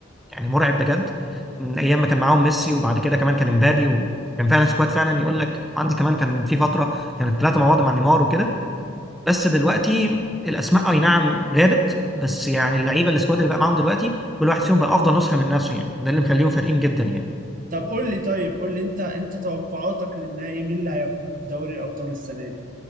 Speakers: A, in the centre; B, on the right.
A: يعني مرعب بجد من ايام ما كان معاهم ميسي وبعد كده كمان كان امبابي وكان فعلا سكواد فعلا يقول لك عندي كمان كان في فتره كانت ثلاثه مع بعض مع نيمار وكده بس دلوقتي الاسماء اي نعم غابت بس يعني اللعيبه السكواد اللي بقى معاهم دلوقتي كل واحد فيهم بقى افضل نسخه من نفسه يعني ده اللي مخليهم فارقين جدا يعني
B: طب قول لي طيب قول لي انت انت توقعاتك للنهائي مين اللي هياخد دوري الأبطال السنة دي